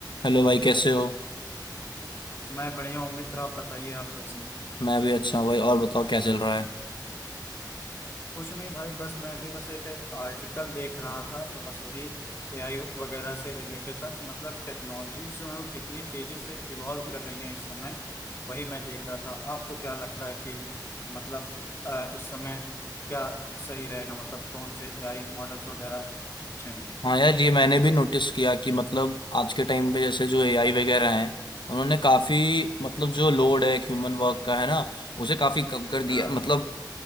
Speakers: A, on the left; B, on the left.
A: Hello भाई कैसे हो
B: मैं बढ़िया हूँ मित्र आप बताइए आप कैसे हैं
A: मैं भी अच्छा हूँ भाई और बताओ क्या चल रहा है
B: कुछ नहीं भाई बस मैं अभी बस एक आर्टिकल देख रहा था तो बस वही एआई वगैरह से रिलेटेड था कि मतलब टेक्नोलॉजी जो है वो कितनी तेजी से इवॉल्व कर रही है इस समय वही मैं देख रहा था आपको क्या लगता है कि मतलब अ, इस समय क्या सही रहेगा मतलब कौन से एआई मॉडल्स वगैरह अच्छे हैं
A: हाँ यार ये मैंने भी नोटिस किया कि मतलब आज के टाइम पे जैसे जो एआई वगैरह हैं उन्होंने काफी मतलब जो लोड
B: हम्म,
A: है ह्यूमन वर्क का है ना उसे काफी कम कर दिया
B: हाँ
A: मतलब